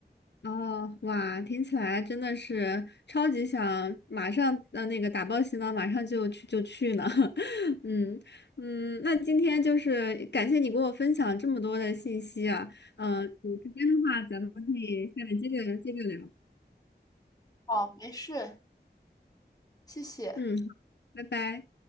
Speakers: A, on the left; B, on the left.
A: 哦，哇，听起来真的是超级想马上呃那个打包行囊，马上就去就去呢。<laughs> 嗯嗯，那今天就是感谢你给我分享这么多的信息啊。嗯、有时间的话，咱们可以下面接着接着聊。
B: 哦，没事，谢谢。
A: 嗯，好，拜拜。